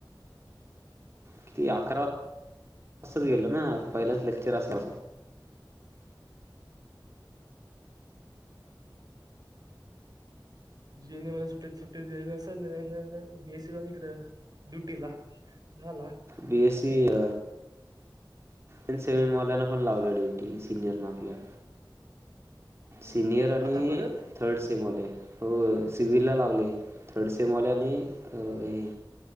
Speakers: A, on the right; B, on the right.
A: किती अकरा वाजताच गेलो ना पहिलाच लेक्चर असला
B: जीए एनम ला सुट्टीत सुट्टी दिली नसल ना त्या बीसी लागली ड्युटीला झाला.
A: बी एससी अ प सेमी पण लावलं ड्युटी सिनियर न आपल्या. सिनियर आणि
B: आता परत
A: थर्ड सेमवाले. हो सिव्हल ला लावले थर्डसेमवाले आणि अ हे